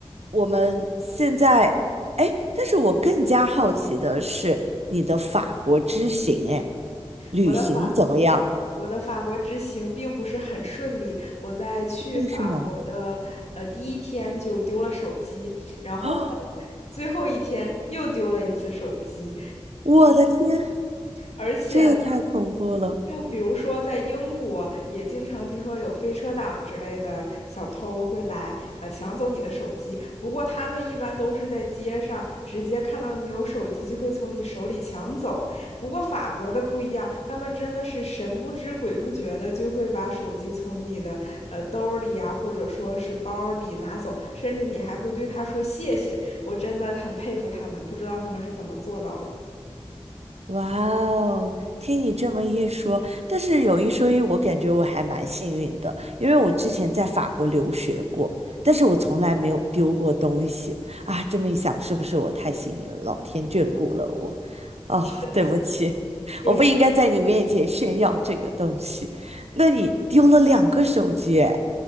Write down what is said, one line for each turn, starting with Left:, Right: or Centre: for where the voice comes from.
Right: 我们现在，哎，但是我更加好奇的是你的法国之行，哎，旅行怎么样？
Left: 我的法我的法国之行并不是很顺利，我在去法国的呃第一天就丢了手机，
Right: 为什么？
Left: 然后呢，
Right: <gasps> 啊，
Left: 最后一天又丢了一次手机，
Right: 我的天，
Left: 而且呢
Right: 这也太恐怖了！
Left: 就比如说，在英国也经常听说有飞车党之类的小偷会来，呃，抢走你的手机。不过他们一般都是在街上直接看到你有手机，就会从你手里抢走。不过法国的不一样，他们真的是神不知鬼不觉的就会把手机从你的呃兜里呀、或者说是包里拿走，甚至你还会对他说谢谢。我真的很佩服他们，不知道他们是怎么做到的。
Right: 哇哦，听你这么一说，但是有一说一，我感觉我还蛮幸运的，因为我之前在法国留学过，但是我从来没有丢过东西啊。这么一想，是不是我太幸运了？老天眷顾了我。哦，
Left: 是的，
Right: 对不起，<laughs>
Left: 也是
Right: 我不应该在你面前炫耀这个东西。那你丢了两个手机诶